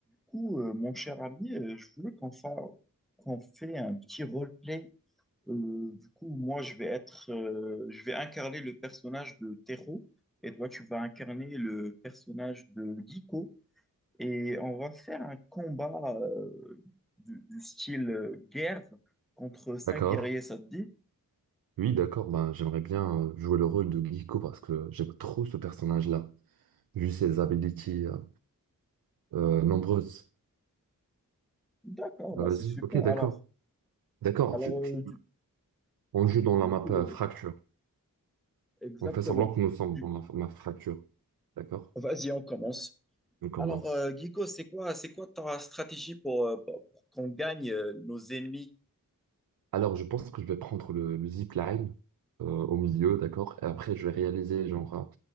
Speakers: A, in the centre; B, on the right.
A: coup, euh, mon cher ami, euh, je voulais qu'on fa- qu'on fait un petit roleplay. Euh, du coup, moi, je vais être, euh, je vais incarner le personnage de Tero et toi, tu vas incarner le personnage de Giko. Et on va faire un combat euh, du, du style euh, guerre contre cinq
B: D'accord.
A: guerriers, ça te dit?
B: Oui, d'accord. Ben, j'aimerais bien euh, jouer le rôle de Giko parce que j'aime trop ce personnage-là, vu ses abilities euh, euh, nombreuses.
A: D'accord,
B: Ah,
A: bah
B: vas-y,
A: c'est super.
B: ok, d'accord.
A: Alors,
B: D'accord.
A: alors
B: tu- tu-
A: euh, du,
B: On joue
A: du
B: dans
A: coup,
B: la map euh,
A: euh,
B: fracture.
A: exactement.
B: On fait semblant que nous sommes
A: Du-
B: dans la map fracture. D'accord?
A: Vas-y, on commence.
B: On commence.
A: Alors, euh, Guico, c'est quoi, c'est quoi ta stratégie pour, euh, pour- pour qu'on gagne euh, nos ennemis?
B: Alors, je pense que je vais prendre le, le zipline euh, au milieu, d'accord? Et après, je vais réaliser genre un,